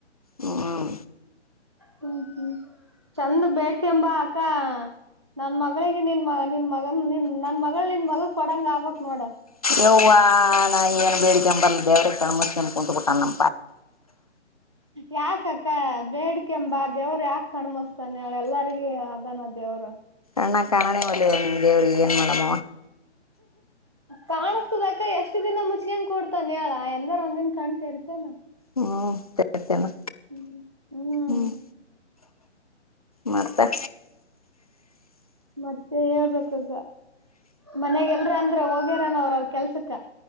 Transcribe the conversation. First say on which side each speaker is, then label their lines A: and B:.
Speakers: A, on the left; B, on the right.
A: ಹ್ಮಞ
B: ಹ್ಮ್ ಹ್ಮ್ ಚಂದ ಬೇಡ್ಕೆಂಬಾ ಅಕ್ಕ ನನ್ ಮಗಳಿಗೆ ನಿನ್ ಮ ನಿನ್ ಮಗನ್ ನಿನ್ ನನ್ ಮಗಳ ನಿನ್ ಮಗ ಕೊಡಂಗ ಆಬಕ್ ನೋಡ
A: ಯ್ವ ನಾ ಏನ್ ಬೇಡಿಕೆಂಬರ್ ಬೇವ್ರ ಕಣ್ಮನ್ ಕುಂ ಬಿಟ್ಟ ನ
B: ಯಾಕಕ್ಕ ಬೇಡ್ಿಕೆಂಬ ದೇವ್ರ ಯಾಕ ಕಣ್ಮಸ್ತಾನೆ ಅವಳ ಎಲ್ಲರಿಗ ಅದಾನ ದೇವರು
A: ಅಣ್ಣ ಕಣಾನೇ ಒಳ್ಳಿ ದೇವರಿಗೆಗೆ ಏನ್ ಮಡಮ
B: ಕಾಣಸ್ತದಕ್ಕ ಎಷ್ಟು ಅಷ್ಟ ದಿನ ಮುಚ್ಗಂಗ ಕೂತಾನನ್ ಹೇಳ ಎಂದಾರ ಒಂದಿನ್ ಕಾಣ್ತಿ ಇರ್ತೇನ
A: ಹ್ಮ್ ಸೇರ್ತೇನಾ
B: ಹ್ಮ್ ಹ್ಮ್
A: ಹ್ಮ್ ಮಾಡ್ತ
B: ಮತ್ತೆ ಹೇಳ್ಬೇಕು ಈಗ ಮನೆಗೆಲ್ರ ಅಂದ್ರ ಹೋಗ್ಯಾರನ ಅವ್ರ ಅವ್ರ ಕೆಲ್ಸಕ್ಕ